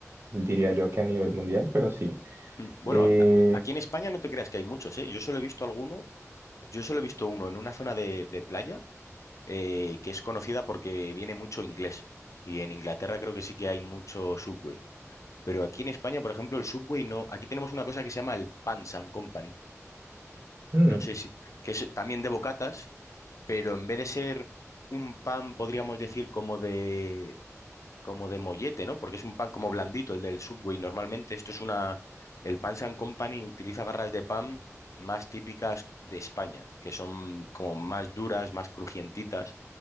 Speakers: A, on the right (about 50°); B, on the left (about 70°).
A: diría yo que a nivel mundial, pero sí.
B: Mm. Bueno,
A: Eh,
B: a- aquí en España no te creas que hay muchos, ¿eh? Yo solo he visto alguno, yo solo he visto uno en una zona de, de playa eh, que es conocida porque viene mucho inglés. Y en Inglaterra creo que sí que hay mucho Subway. Pero aquí en España, por ejemplo, el Subway no. Aquí tenemos una cosa que se llama el Pans and Company.
A: mm,
B: No sé si. que es también de bocatas pero en vez de ser un pan, podríamos decir, como de, como de mollete, ¿no? Porque es un pan como blandito, el del Subway. Normalmente esto es una... El Pan and Company utiliza barras de pan más típicas de España, que son como más duras, más crujientitas